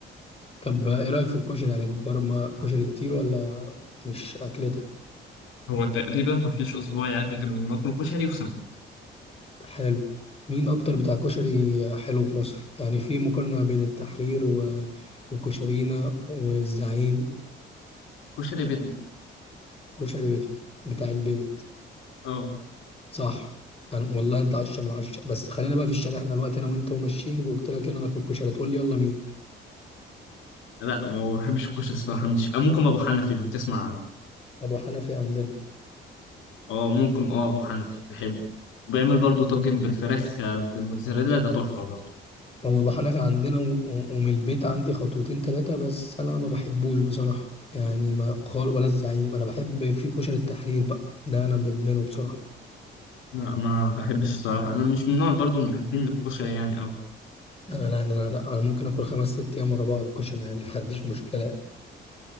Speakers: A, on the left (about 30°); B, on the left (about 80°).
A: طب ايه رأيك في الكشري يعني بتجرب ما- كشري كتير ولا مش اكلتك
B: هو تقريبا ما فيش اسبوع يعدي غير من ناكله كشري وسمك
A: حلو مين اكتر بتاع كشري حلو في مصر يعني في مقارنة بين التحرير و... وكشرينا والزعيم
B: كشري بيتنا
A: وكشري بيتنا بتاع البيت
B: اه
A: صح انا والله ده عشرة من عشرة بس خلينا بقى في الشارع احنا الوقت انا وانت وماشيين وقلت لك يلا ناكل كشري تقول لي يلا مين
B: لا ما بحبش الكشري الصراحه مش آه، ممكن ابو حنفي لو تسمع عنه
A: ابو حنفي عندنا
B: اه ممكن اه ابو حنفي بحبه بيعمل برضه طاجن بالفراخ آه، بالموتزاريلا ده تحفه برضه
A: هو ابو حنفي عندنا و... و... ومن البيت عندي خطوتين ثلاثه بس انا ما بحبوش بصراحه يعني ما خال ولا الزعيم انا بحب في كشري التحرير بقى ده انا بدمنه بصراحه
B: لا ما بحبش الصراحه انا مش من نوع برضه المحبين للكشري يعني
A: انا انا انا, لا، أنا ممكن اكل خمس ست ايام ورا بعض كشري عادي <laughs> ما عنديش مشكله